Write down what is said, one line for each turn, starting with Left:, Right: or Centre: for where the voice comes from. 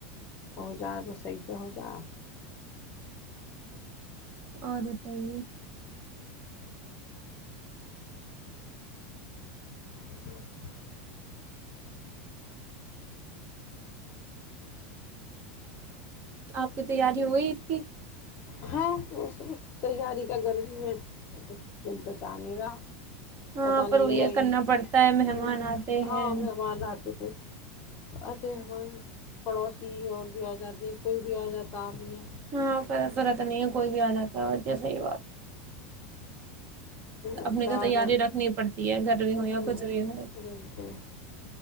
Left: ہو جائے تو صحی سہزہ <unintelligible>
Right: اور بتائیے
Left: جائے
Right: آپ کی تیاری ہوئی ا کی
Left: ہاں وہ سب تیاری کا گرمی میں دل تو چانے گا
Right: ہاں
Left: پت
Right: پر
Left: نہیں
Right: وہ یہ
Left: نہیں
Right: کرنا پڑتا ہے مہمان آتے
Left: ہاں
Right: ہیں
Left: مہمان آتے ہے آتے ہم پڑوسی اور بھی آ جاتے کوئی بھی آ جاتا اپنے
Right: ہاں پس رہا تو نہیں ہے کوئی بھی آ جاتا ہے صحیح بات <inaudible>
Left: اچھا
Right: اپنی تو تیاری
Left: گ
Right: رکھنی پڑتی ہے گھر بھی
Left: ہ
Right: ہو یا کچھ بھی ہو
Left: بالکل